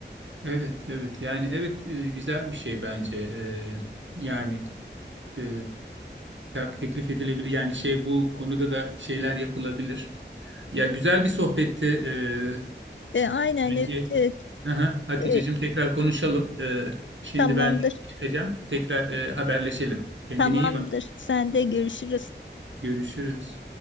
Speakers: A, on the right; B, on the left.
A: Evet, evet. Yani evet e, güzel bir şey bence. Ee, yani e, te- teklif edilebilir. Yani şey bu konuda da şeyler yapılabilir. Ya güzel bir sohbetti. Ee,
B: E, aynen
A: bence.
B: evet, evet.
A: Aha, Hatice'cim
B: E,
A: tekrar konuşalım. Ee, şimdi
B: tamamdır.
A: ben bir çıkacağım. Tekrar e, haberleşelim. Kendine
B: Tamamdır.
A: iyi bak.
B: Sen de görüşürüz.
A: Görüşürüz.